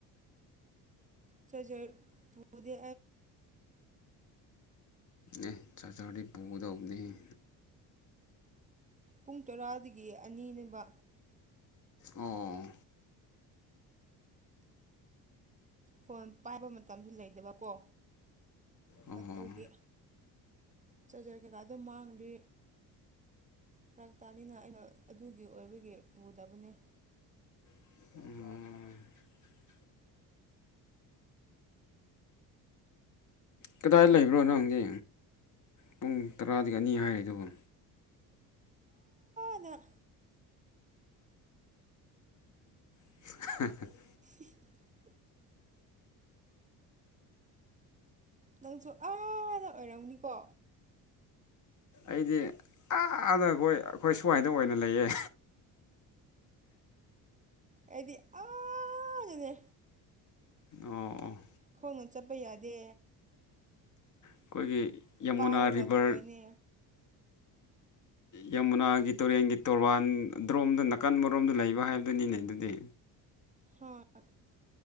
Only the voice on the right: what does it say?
ꯆꯖ ꯄꯨꯗꯤ
ꯄꯨꯡ ꯇꯔꯥꯗꯒꯤ ꯑꯅꯤꯅꯦꯕ
ꯐꯣꯟ ꯄꯥꯏꯕ ꯃꯇꯝꯁꯨ ꯂꯩꯗꯕꯀꯣ
ꯑꯗꯨꯒꯤ ꯆꯥꯖꯔ ꯀꯩꯀꯥ ꯑꯗꯨ ꯃꯥꯡꯗꯦ ꯐꯔꯛꯇꯥꯅꯤꯅ ꯑꯩꯅ ꯑꯗꯨꯒꯤ ꯑꯣꯏꯕꯒꯤ ꯄꯨꯗꯕꯅꯦ
ꯑꯗ
<inaudible> ꯅꯪꯁꯨ ꯑꯥꯗ ꯑꯣꯏꯔꯝꯅꯤꯀꯣ
ꯑꯩꯗꯤ ꯑꯔꯅꯦ
ꯈꯣꯡꯅ ꯆꯠꯄ ꯌꯥꯗꯦ
ꯄꯥꯏꯔꯒ
ꯆꯠꯇꯣꯏꯅꯦ
ꯍꯥꯠ